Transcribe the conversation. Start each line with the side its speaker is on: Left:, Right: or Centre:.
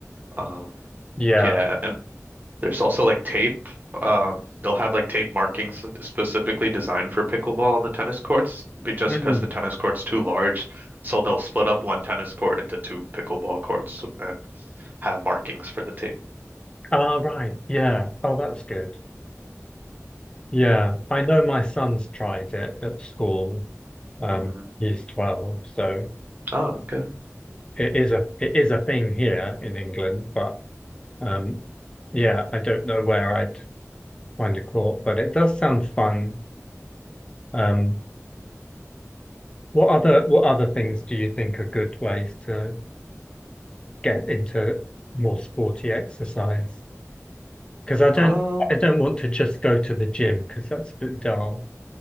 Right: um
Left: yeah.
Right: yeah, and there's also like tape. Um, they'll have like tape markings specifically designed for pickleball on the tennis courts, be- just
Left: Mm.
Right: because the tennis court's too large. So they'll split up one tennis court into two pickleball courts and have markings for the tape.
Left: Ah, right. Yeah. Oh, that's good. Yeah, I know my son's tried it at school. Um,
Right: hmm
Left: he's 12, so
Right: Oh, okay.
Left: it is a it is a thing here in England, but um yeah, I don't know where I'd find a court, but it does sound fun. Um, what other what other things do you think are good ways to get into more sporty exercise? Because I don't
Right: Um,
Left: I don't want to just go to the gym because that's a bit dull.